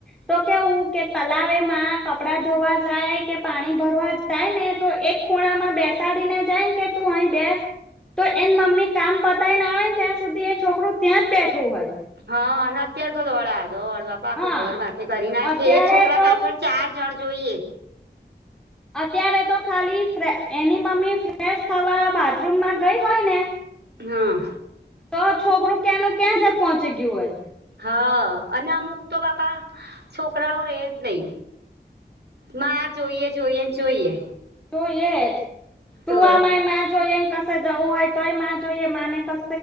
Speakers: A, in the centre; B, on the right.
A: તો કેવું કે તલાવેમાં કપડા ધોવા જાય કે પાણી ભરવા જાય ને તો એક ખૂણામાં બેસાડીને જાયને કે તું અહી બેસ. તો એની મમ્મી કામ પતાય ને આવે ને ત્યાં સુધી એ છોકરો ત્યાં જ બેઠો હોય.
B: હા અને અત્યારે તો દોડા દોડ બાપા આખું
A: હા
B: ઘર માંથે કરી નાખે
A: અત્યારે
B: એક છોકરા
A: તો
B: પાછળ ચાર જણ જોઈએ.
A: અત્યારે તો ખાલી ફ્રે એની મમ્મી ફ્રેશ થવા બાથરૂમમાં ગઈ હોય ને
B: હમ
A: તો છોકરું ક્યાંનું ક્યાં જ પહોંચી ગયું હોય.
B: હા અને અમુક તો બાપા છોકરાઓ રે જ નઈ. માં જોઈએ જોઈએ જોઈએ.
A: જોઈએ જ સુવામાંયે
B: તો
A: માં જોઈમ કશે જવું હોય તોય માં જોઈએ માને ક